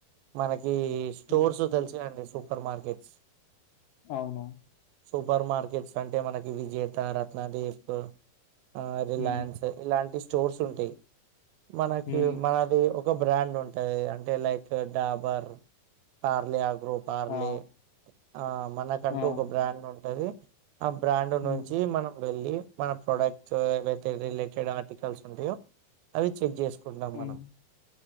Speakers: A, on the right (about 80°); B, on the left (about 75°).
A: మన ఈ స్టూర్స్
B: ఉమ్,
A: తెలుసు గాదండి సూపర్ మార్కెట్స్
B: అవును
A: సూపర్ మార్కెట్స్ అంటే మనకి విజేత రత్నదీప్ ఆ రిలయన్స్
B: హ్మ్.
A: ఇలాంటి స్టోర్స్ ఉంటాయ్ మనకి
B: హ్మ్.
A: మనది ఒ బ్రాండ్ ఉంటది అంటే లైక్ డాబర్ పార్లీయక్ రూ పార్లే
B: ఆ!
A: ఆ మనకంటూ
B: ఆ!
A: ఒక బ్రాండ్ ఉంటది ఆ బ్రాండ్
B: హ్మ్.
A: నుంచి మనం వెళ్లి మన ప్రొడక్ట్స్ ఏవైతే రిలే టేడ్ ఆర్టికల్స్ ఉంటాయో అవి చెక్ చేసుకుంటాం
B: హ్మ్.
A: మనం